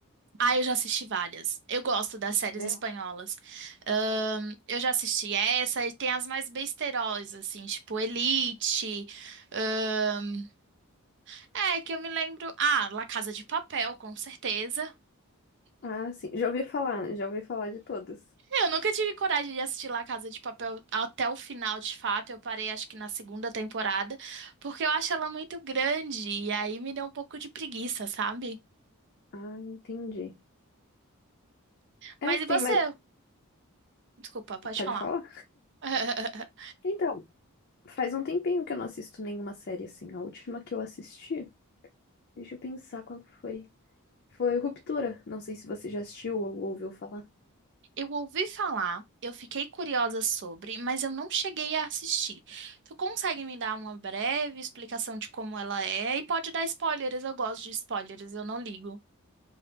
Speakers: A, on the right; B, on the left.
A: Ah, eu já assisti várias. Eu gosto das séries
B: É.
A: espanholas. Ahn, eu já assisti essa e tem as mais besteiros, assim, tipo Elite. ahn, é, que eu me lembro. Ah, La Casa de Papel, com certeza.
B: Ah, sim, já ouvi falar, já ouvi falar de todas.
A: É, Eu nunca tive coragem de assistir La Casa de Papel até o final, de fato. Eu parei, acho que na segunda temporada, porque eu acho ela muito grande e aí me deu um pouco de preguiça, sabe?
B: Ah, entendi. É,
A: Mas
B: tem
A: e você?
B: mais...
A: Desculpa, pode
B: Pode
A: falar.
B: falar?
A: <laughs>
B: Então, faz um tempinho que eu não assisto nenhuma série assim. A última que eu assisti... Deixa eu pensar qual que foi. Foi Ruptura. Não sei se você já assistiu ou ouviu falar.
A: Eu ouvi falar, eu fiquei curiosa sobre, mas eu não cheguei a assistir. Tu consegue me dar uma breve explicação de como ela é? E pode dar spoilers, eu gosto de spoilers, eu não ligo.